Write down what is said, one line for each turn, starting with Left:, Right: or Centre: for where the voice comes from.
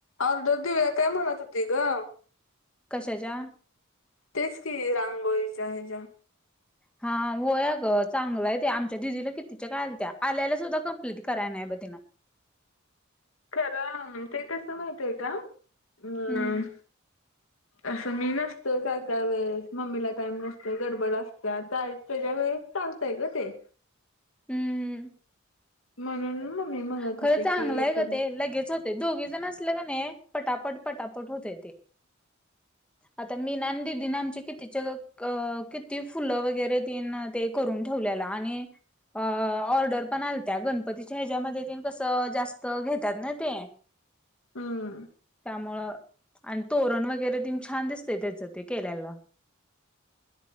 Left: ऑर्डर देऊया काय म्हणत होती ग
Centre: कशाच्या?
Left: तेच की रांगोळीच ह्याच्या
Centre: हा हो अगं चांगलंय ते आमच्या दिदीला कितीच्या काय आल्याला सुद्धा कम्प्लीट कराय नाही बघ तीन
Left: खरं ते कसं माहित आहे का? अम.
Centre: हम्म
Left: असं मी नसतो काय काय वेळेस मम्मीला टाईम नसतोय गडबड असत्या कारण त्याच्या वेळेस चालतंय ग ते
Centre: हम्म हम्म
Left: म्हणून मम्मी म्हणत
Centre: खरं
Left: होती
Centre: चांगलंय
Left: की
Centre: ग
Left: करून
Centre: ते लगेच हो होतय दोघी जण असलं का नाही पटापट पटापट होतय ते आता मीन आणि दीदीन आमच्या कितीच्या किती फुलं वगैरे तेन करून ठेवल्याला आणि ऑर्डर पण आलत्या गणपतीच्या ह्याच्यामध्ये ते तेन कसं जास्त घेतात ना ते
Left: हम्म
Centre: त्यामुळं आणि तोरण वगैरे तेन छान दिसते त्याचं ते केल्याला